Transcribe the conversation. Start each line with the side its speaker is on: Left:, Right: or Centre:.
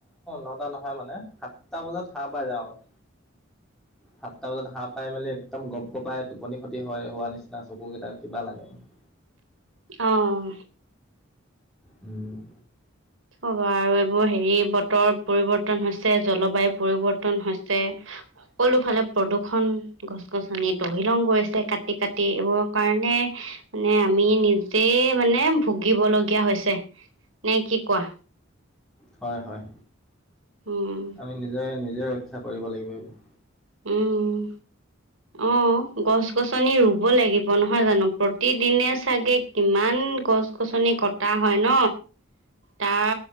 Centre: নটা নহয় মানে সাতটা বজাত হাঁহ পাই যাওঁ আৰু।
Right: <inaudible>
Centre: সাতটা বজাত হাঁহ পাই মেলি একদম গপ গপাই টোপনি ক্ষতি হয় হোৱা নিচিনা চকু কেইটা কিবা লাগে মানে
Right: অহ
Centre: উম,
Right: অ'ব আৰু এইবোৰ হেৰি বতৰ পৰিবৰ্তন হৈছে জলবায়ু পৰিৱৰ্তন হৈছে। সকলো ফালে প্ৰদূষণ গছ গছনি তহিলং গৈছে কাটি কাটি এইবোৰৰ কাৰণে। মানে আমি নিজেই মানে ভুগিব লগগীয়া হৈছে নে কি? কোৱা।
Centre: হয় হয়
Right: উম
Centre: আমি নিজে নিজে ৰক্ষা কৰিব লাগিব এইবোৰ
Right: উম অ গছ গছনি ৰুব লাগিব নহয় জানো প্ৰতিদিনে চাগে কিমান গছ গছনি কটা হয় ন তাৰ